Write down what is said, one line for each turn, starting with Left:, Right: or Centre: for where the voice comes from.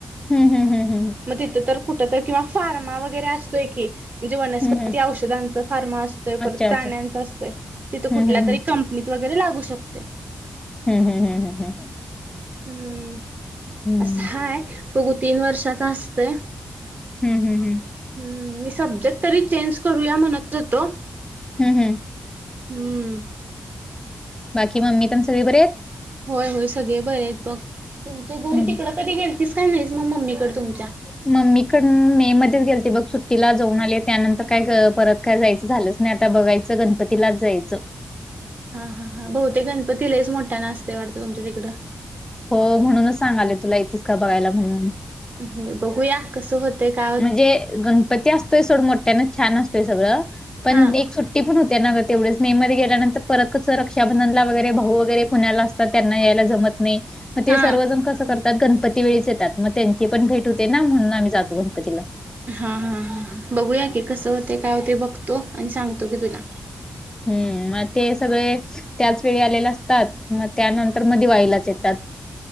Left: हम हम हम हम.....
Right: मग तिथं तर, कुठ तर किंवा फार्मा वगैरे असतोय की, म्हणजे वस्पती
Left: हम्म हम्म.
Right: औषध फार्मा असतोय,
Left: अच्छा
Right: परत
Left: अच्छा
Right: प्राण्यांच असतोय, तिथ
Left: हम्म
Right: कुठल्या
Left: हम्म
Right: तरी कंपनी वगैरे लागू शकते.
Left: हम हम हम हम......
Right: हम्म,
Left: हम्म
Right: असं हाय बघू तीन वर्षाचा असतय
Left: हम् हम् हम
Right: हम्म, मी सब्जेक्ट तरी चेंज करूया म्हणत होतो.
Left: हम्, हम्
Right: हम्म.
Left: बाकी मम्मी पन सगळे बरे आहेत?
Right: होय होय सगळे बरे आहेत बघ, तुमचे घरी
Left: हम्म
Right: तिकडं कधी गेलतीस का नाहीच मग मम्मीकडे तुमच्या?
Left: मम्मीकड मे मध्येच गेल ते बघ सुट्टीला जाऊन आली त्यानंतर काय परत काय जायचं झालंच नाही आता बघायचं गणपतीलाच जायचं.
Right: हा हा हा बहुतेक गणपती लईच मोठ्यान असतंय वाटतं तुमच्या तिकडं?
Left: हो म्हणूनच सांगाले तुला येतीस का बघायला म्हणून?
Right: होय, बघूया. कसं होतय का
Left: म्हणजे गणपती असतोय सोडं मोठ्यान छान असतोय सगळं, पण
Right: हा
Left: एक सुट पण होतना तेवढेच मे मध्ये गेल्यानंतर परतच रक्षाबंधनला वगैरे भाऊ वगैरे पुण्याला असतात. त्यांना यायला जमत नाही मग ते
Right: हा.
Left: सर्वजण कसं करतात गणपती वेळीच येतात. मग त्यांची पण भेट होते ना म्हणून आम्ही जातो. कधीला.
Right: हा हा हां बघूया की, कसं होते, काय होते बघतो. आणि सांगतो की तुला.
Left: हम्म, मग ते सगळे त्याच वेळी आलेल्या असतात. मग त्यानंतर दिवाळीला येतात.